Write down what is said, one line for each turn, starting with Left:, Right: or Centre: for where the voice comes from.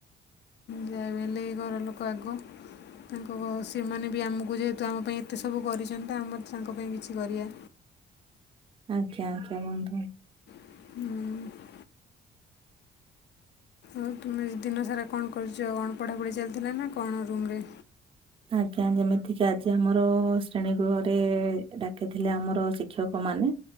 Left: ଯାହାବି ହେଲେ ଘର ଲୋକ ଆଗ। ତାଙ୍କ ଅସ୍ ସେମାନେ ବି ଆମକୁ ଯେହେତୁ ଆମ ପାଇଁ ଏତେ ସବୁ କରିଛନ୍ତି ତ, ଆମର ତାଙ୍କ ପାଇଁ କିଛି କରିଆ।
Right: ଆଜ୍ଞା ଆଜ୍ଞା ବନ୍ଧୁ।
Left: ହୁଁ। ଆଉ ତୁମେ ଦିନ ସାରା କଣ କରୁଚ? କଣ ପଢ଼ାପଢ଼ି ଚାଲିଥିଲା ନା କଣ ରୁମରେ?
Right: ଆଜ୍ଞା। ଯେମିତିକି ଆଜି ଆମର ଶ୍ରେଣୀ ଗୃହରେ ଡାକିଥିଲେ ଆମର ଶିକ୍ଷକ ମାନେ,